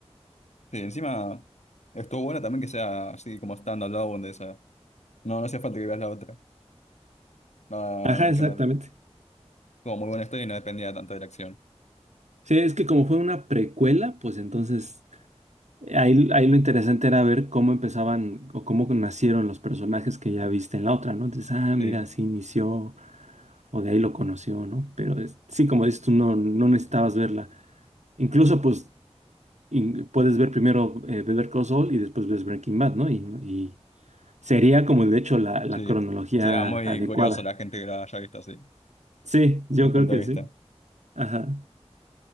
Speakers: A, on the left; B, on the right.
A: Sí, encima estuvo bueno también que sea así como stand-alone de esa. No, no hacía falta que veas la otra. Ah,
B: Ajá,
A: ver
B: exactamente.
A: qué mal. Tuvo muy buena historia y no dependía tanto de la acción.
B: Sí, es que como fue una precuela, pues entonces ahí, ahí lo interesante era ver cómo empezaban o cómo nacieron los personajes que ya viste en la otra, ¿no? Entonces, ah,
A: Sí,
B: mira, así inició. o de ahí lo conoció, ¿no? Pero es- sí, como dices tú, no, no necesitabas verla. Incluso, pues, in- puedes ver primero eh, Better Call Saul y después ves Breaking Bad, ¿no? Y, y sería como, de hecho, la, la
A: sí.
B: cronología
A: Sí, ah, muy
B: adecuada.
A: curioso la gente que la haya visto así,
B: Sí, yo
A: desde punto
B: creo que
A: de vista.
B: sí. Ajá.